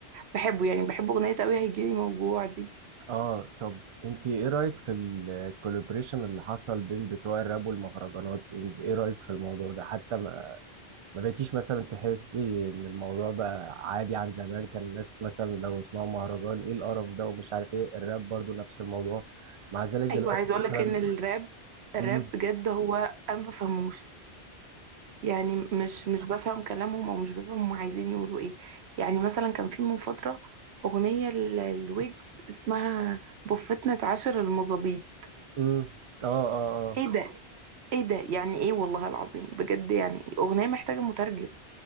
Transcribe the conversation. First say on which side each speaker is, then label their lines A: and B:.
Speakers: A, on the right; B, on the right.
A: بحبه يعني بحب أغنية أوي هيجيلي موجوع دي
B: اه طب انت ايه رايك في الكولابريشن اللي حصل بين بتوع الراب والمهرجانات ايه رايك في الموضوع ده حتى ما بقيتيش مثلا تحسي ان الموضوع بقى عادي عن زمان كان الناس مثلا لو يسمعوا مهرجان ايه القرف ده ومش عارف ايه الراب برضو نفس الموضوع مع ذلك دلوقتي
A: أيوة عايزة أقولك
B: مثلا
A: إن الراب الراب
B: امم
A: بجد هو أنا ما بفهموش يعني مش مش بفهم كلامهم أو مش بفهم هم عايزين يقولوا إيه يعني مثلا كان في من فترة أغنية ل- لويجز اسمها بفتنا عشر المظابيط
B: امم اه اه اه
A: إيه ده إيه ده يعني إيه والله العظيم بجد يعني إيه؟ أغنية محتاجة مترجم